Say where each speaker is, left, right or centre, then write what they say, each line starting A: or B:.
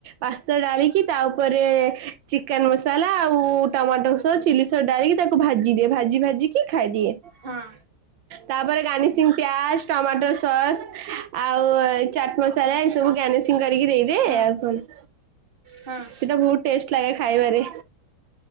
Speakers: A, on the right; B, on the right.
A: ପାସ୍ତା ଡାଳିକି ତା ଉପରେ ଚିକେନ୍ ମସଲା ଆଉ ଟମାଟୋ ସସ୍ ଚିଲି ସସ୍ ଡାଳିକି ତାକୁ କୁ ଭାଜି ଦିଏ ଭାଜି ଭାଜି କି ଖାଇଦିଏ।
B: ହଁ
A: ତାପରେ ଗାନିସିଂ ପିଆଜ ଟମାଟୋ ସସ୍ ଆଉ ଚା ମସଲା ଏ ସବୁ ଗାନିସିଂ କରିକି ଦେଇଦିଏ
B: ହଁ
A: ଆଉ କଣ।
B: ହଁ।
A: ସେଇଟା ବହୁତ ଟେଷ୍ଟ ଲାଗେ ଖାଇବାରେ।